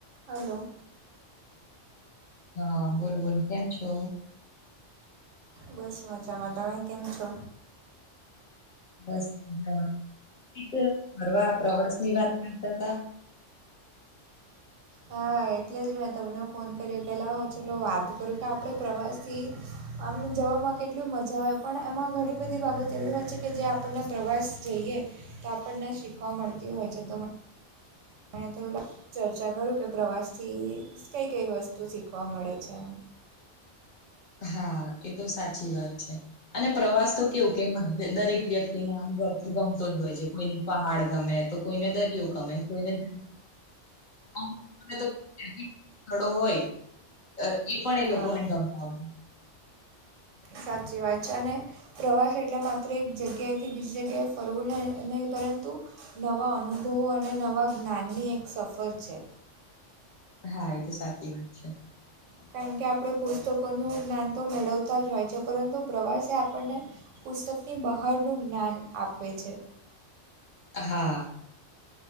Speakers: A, on the right; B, on the left.
A: Hello.
B: હા બોલો બોલો કેમ છો?
A: બસ મજામાં. તમે કેમ છો?
B: બસક ફરવા ઈ જો ફરવા પ્રવાસ ની વાત કરતા તા
A: હા એટલે જ મેં તમને ફોન કર્યો પહેલા આવો ચલો વાત કરું કે આપડે પ્રવાસ થી આમને જવામાં કેટલી મજા આવે પણ એમાં ઘણી બધી બાબત એવી હોય છે કે જે આપણને પ્રવાસ જઈએ તો આપણને શીખવા મળતી હોય છે તો મને થયું લે ચર્ચા કરું કે પ્રવાસ થી કઈ કઈ વસ્તુ શીખવા મળે છે.
B: હા એ તો સાચી વાત છે. અને પ્રવાસ તો કેવું કે એમાં દરેક વ્યક્તિને આમ ગમ ગમતો જ હોય છે કોઈને પહાડ ગમે તો કોઈને દરિયો ગમેને કોઈને જ <unintelligible> સ્થળો હોય અહ ઈ પણ એ લોકોને
A: હા
B: ગમતા હોય.
A: સાચી વાત છે અને પ્રવાસ એટલે માત્ર એક જગ્યાએથી બીજી જગ્યાએ ફરવું નહીં નહીં પરંતુ નવા અનુભવો અને નવા જ્ઞાનની એક સફર છે.
B: હા એ તો સાચી વાત છે.
A: કારણ કે આપડે પુસ્તકોનું જ્ઞાન તો મેળવતા જ હોય છે પરંતુ પ્રવાસે આપણને પુસ્તકની બહારનું જ્ઞાન આપે છે.
B: હા.